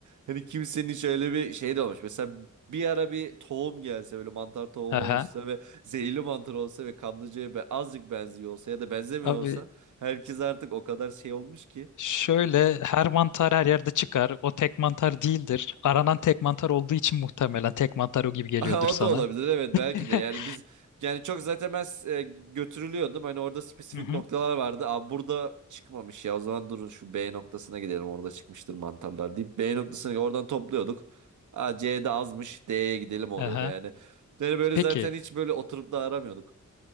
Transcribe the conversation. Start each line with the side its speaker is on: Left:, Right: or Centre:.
Right: Hani kimsenin şöyle bir şey de olmuş. Mesela bir ara bir tohum gelse böyle mantar tohum
Left: Aha.
Right: oluşsa ve zehirli mantar olsa ve kanlıcaya be azıcık benziyor olsa ya da benzemiyor
Left: Abi
Right: olsa herkes artık o kadar şey olmuş ki. <laughs>
Left: şöyle her mantar her yerde çıkar. O tek mantar değildir. Aranan tek mantar olduğu için muhtemelen tek mantar o gibi geliyordur
Right: O
Left: sana.
Right: da olabilir evet belki
Left: <laughs>
Right: de. Yani biz yani çok zaten ben e, götürülüyordum. Hani orada spesifik
Left: Hı hı.
Right: noktalar vardı. Aa burada çıkmamış ya. O zaman durun şu B noktasına gidelim. Orada çıkmıştır mantarlar deyip B noktasına oradan topluyorduk. Aa C'de azmış. D'ye gidelim oluyordu
Left: Aha.
Right: yani. Yani böyle
Left: Peki.
Right: zaten hiç böyle oturup da aramıyorduk.